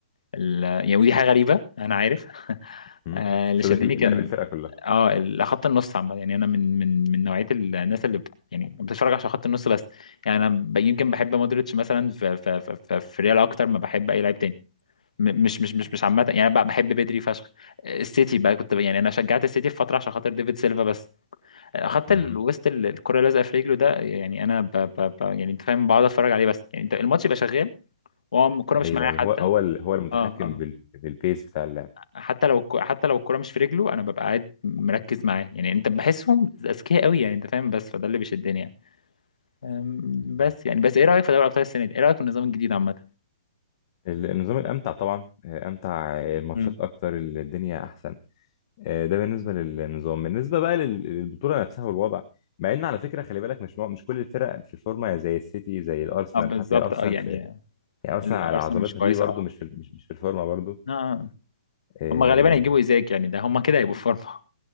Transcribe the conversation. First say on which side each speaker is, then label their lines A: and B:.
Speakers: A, on the left; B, on the left.
A: ال... يعني ودي حاجة غريبة أنا عارف <laughs>
B: امم
A: آه، اللي
B: شدك
A: شدني
B: اللعب
A: شدك كان يعني
B: الفرقه كلها
A: اه ال- خط النص عامة يعني أنا من من من نوعية الناس اللي بت... يعني بتتفرج عشان خط النص بس يعني أنا ب... يمكن بحب مودريتش مثلا في في في, في, في ريال أكتر ما بحب أي لاعب تاني م- مش مش مش مش عامة يعني أنا بقى بحب بدري فشخ السيتي بقى كنت ب- يعني أنا شجعت السيتي في فترة عشان خاطر ديفيد سيلفا بس خط
B: امم
A: الوسط ال- الكرة لازقة في رجله ده يعني أنا ب... ب... ب... يعني أنت فاهم بقعد أتفرج عليه بس يعني أنت الماتش يبقى شغال وهو الكرة مش
B: ايوه
A: معايا
B: ايوه
A: حتى
B: هو هو ال- هو المتحكم
A: اه آه.
B: بال- بالبيس بتاع اللعب
A: حتى لو الك- حتى لو الكرة مش في رجله انا ببقى قاعد مركز معاه يعني انت بحسهم اذكياء قوي يعني انت فاهم بس فده اللي بيشدني يعني أم، بس
B: امم،
A: يعني بس ايه رأيك في دوري ابطال السنة دي ايه رأيك في النظام الجديد عامة
B: ال- النظام الامتع طبعا آه، امتع آه، الماتشات
A: مم.
B: اكتر الدنيا احسن آه، ده بالنسبه للنظام بالنسبه بقى لل- للبطوله نفسها والوضع مع ان على فكره خلي بالك مش مع- مش كل الفرق في الفورمه زي السيتي زي الارسنال
A: اه بالظبط
B: حتى ارسنال
A: اه يعني
B: في يعني ارسنال
A: الارسنال
B: على عظمتها
A: مش كويسة
B: دي برضو
A: اه
B: مش في ال- مش, مش في الفورمه برضو
A: آه. آه.
B: اه,
A: هم غالبا هيجيبوا ايزاك يعني ده هم كده هيبقوا في فورمة